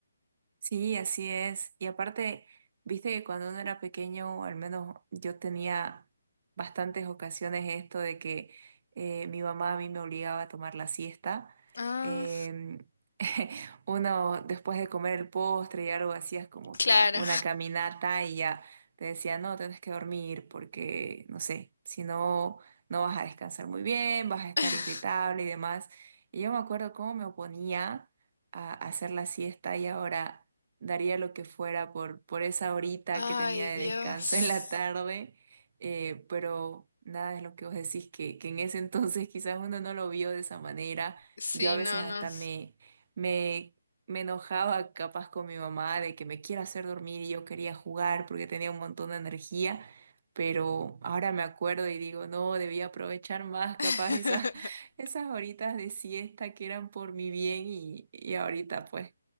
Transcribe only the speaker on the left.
Ah,
claro.
<laughs>
Ay,
Dios.
Sí,
no, no.
<laughs>